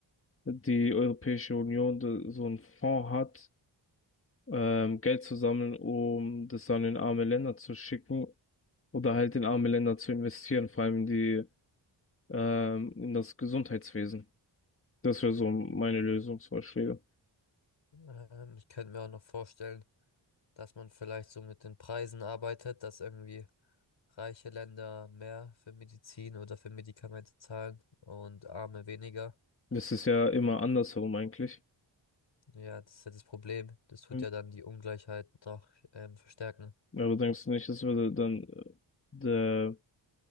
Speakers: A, on the left (about 30°); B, on the left (about 70°).
A: die Europäische Union da so einen Fonds hat, ähm, Geld zu sammeln, um das dann in arme Länder zu schicken oder halt in arme Länder zu investieren, vor allem in die, ähm, in das Gesundheitswesen. Das wäre so meine Lösungsvorschläge.
B: Ähm, ich könnte mir auch noch vorstellen, dass man vielleicht so mit den Preisen arbeitet, dass irgendwie reiche Länder mehr für Medizin oder für Medikamente zahlen und arme weniger.
A: Das ist ja immer andersherum eigentlich.
B: Ja, das ist ja das Problem. Das tut
A: Mhm.
B: ja dann die Ungleichheit noch ähm, verstärken.
A: Aber denkst du nicht, das würde dann äh, der